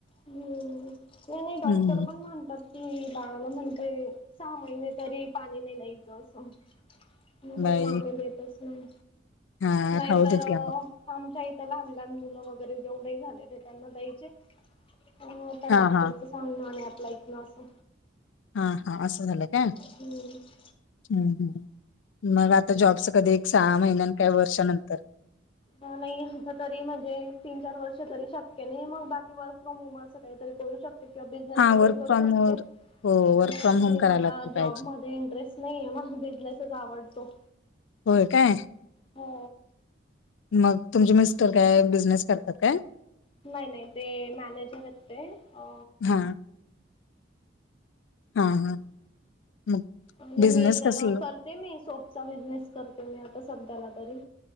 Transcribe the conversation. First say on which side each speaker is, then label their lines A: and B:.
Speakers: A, on the left (about 30°); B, on the left (about 80°).
A: हम्म नाही नाही डॉक्टर
B: हम्म.
A: पण मानतात कि बाळाला म्हणतय सहा महिने तरी पाणी नाही न्यायचं असं म मग
B: बाई
A: मा आ्ही देतच नाही
B: हा
A: नाहीतर
B: राहू देत
A: आमच्या
B: घ्या मग
A: इथं लहान लहान मुलं वगैरे जेवढे झाले ते त्यांना द्यायचे आता
B: हा
A: डॉक्टरच
B: हा
A: सांगण आणि अ्ला इत ना असं
B: हा हा असं झालं का
A: हम्
B: हम् हम् मग आता जॉबचं कधी एक सहा महिन्यान काही वर्षानंतर
A: नाही आता तरी म्हणजे तीन चार वर्ष तरी शक्य नाही मग बाकी वर् ि मम असं काहीतरी करू शकते किंवा बिझनेस
B: हा
A: वगैरे
B: वर्क
A: करू
B: फ्रॉम
A: शकते
B: हो वर्क
A: आणि
B: फ्रॉम
A: असे
B: होम करायला
A: मला
B: लागली पाहिजे
A: जॉबमध्येध्ये इंटरेस्ट नाहीे मला बिझनेसच आवडतो
B: होय काय
A: हो
B: मग तुमचे मिस्टर काय बिझनेस करतात काय
A: नाही नाही ते मॅनेजर आहेत ते अ
B: हा हा हा मग
A: आणि
B: बिझनेस
A: मी तर
B: कसला
A: कर ते मी सोपचा बिझनेस करते मी आता सध्याला तरी.